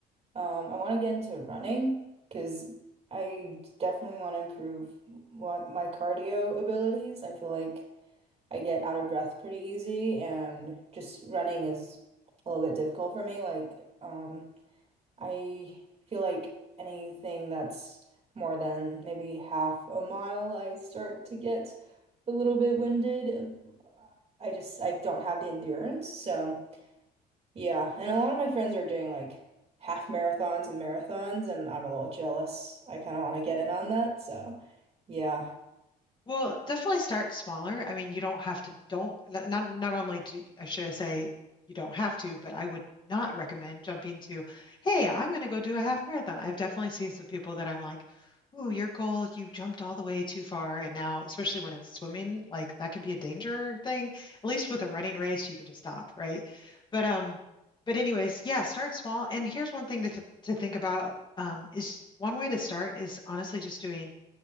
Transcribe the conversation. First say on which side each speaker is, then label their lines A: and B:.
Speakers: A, on the right; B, on the left.
A: um I want to get into running because I definitely want to improve what my cardio abilities. I feel like I get out of breath pretty easy and just running is a little bit difficult for me. Like um I feel like anything that's more than maybe half a mile, I start to get a little bit winded. I just I don't have the endurance. So yeah, and a lot of my friends are doing like half marathons and marathons, and I'm a little jealous. I kind of want to get in on that. So yeah,
B: Well, definitely start smaller. I mean, you don't have to, don't, not, not not only do, uh, should I say you don't have to, but I would not recommend jumping to, hey, I'm going to go do a half marathon. I've definitely seen some people that I'm like, ooh, your goal, you jumped all the way too far. And now, especially when it's swimming, like that could be a danger thing. At least with a running race, you can just stop, right? But, um, but anyways, yeah, start small. And here's one thing to, th- to think about, um, is one way to start is honestly just doing